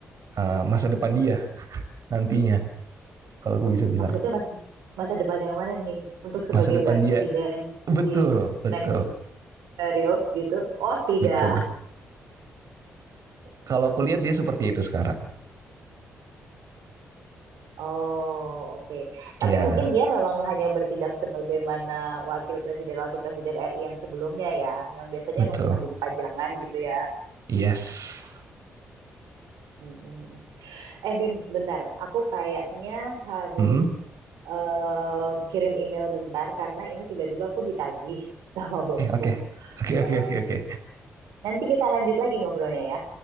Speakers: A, on the right; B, on the right.
A: eh, masa depan dia nantinya kalau aku bisa bilang
B: Maksudnya masa, masa depan yang mana nih untuk
A: masa
B: sebagai
A: depan
B: presiden
A: dia Betul,
B: di
A: betul,
B: next period gitu? Oh, tidak.
A: betul. Kalau kulihat dia seperti itu sekarang.
B: <laughs> Oh, oke. Tapi
A: Iya,
B: mungkin dia memang hanya bertindak sebagaimana wakil presiden-wakil presiden RI yang sebelumnya ya, yang biasanya
A: betul.
B: emang cuma jadi pajangan gitu ya.
A: Yes.
B: Mm-mm. Eh Bim, bentar. Aku kayaknya harus
A: Hmm?
B: em, kirim email bentar karena ini tiba-tiba aku ditagih <laughs> sama
A: Oke,
B: bosku.
A: oke. Oke,
B: Eh,
A: oke, oke, oke.
B: nanti kita lanjut lagi ngobrolnya ya.